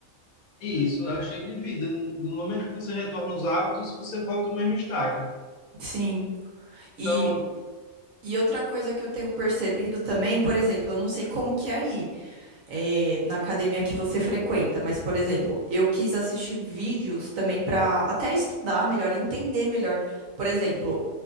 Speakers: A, on the left; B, on the right.
A: isso, é o estilo de vida. No momento que você retorna os hábitos, você volta ao mesmo estaca.
B: Sim. E,
A: Então,
B: e outra coisa que eu tenho percebido também, por exemplo, eu não sei como que é aí, é, na academia que você frequenta, mas, por exemplo, eu quis assistir vídeos também para até estudar melhor, entender melhor. Por exemplo,